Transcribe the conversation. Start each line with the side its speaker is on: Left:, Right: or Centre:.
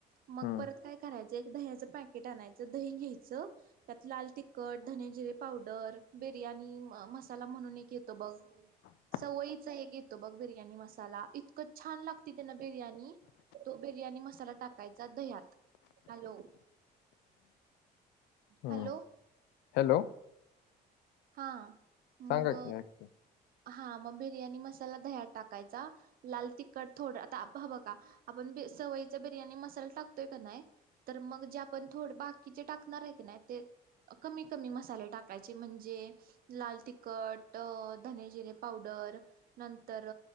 Right: मग
Left: हम्म
Right: परत काय करायचं एक दह्याचं पॅकेट आणायचं दही घ्यायचं त्यात लाल तिखट धने जिरे पावडर बिर्याणी मसाला म्हणून एक येतो बघ
Left: <inaudible>
Right: सवयीचा एक येतो बघ बिर्याणी मसाला इतकं छान लागते त्यांनं बिर्याणी तो बिर्याणी मसाला टाकायचा दह्यात हॅलो
Left: हम्म
Right: हॅलो
Left: हॅलो
Right: हा
Left: सांगा
Right: मग
Left: की ऐकतो
Right: हा म बिर्याणी मसाला दह्यात टाकायचा लाल तिखट थोडं आता ह बं का आपण सवयीचा बिर्याणी मसाला टाकतोय कनाही तर मग जे आपण थोड बाकीचे टाकणार आहे की नाही ते कमी कमी मसाले टाकायचे म्हणजे लाल तिखट धने जिरे पावडर नंतर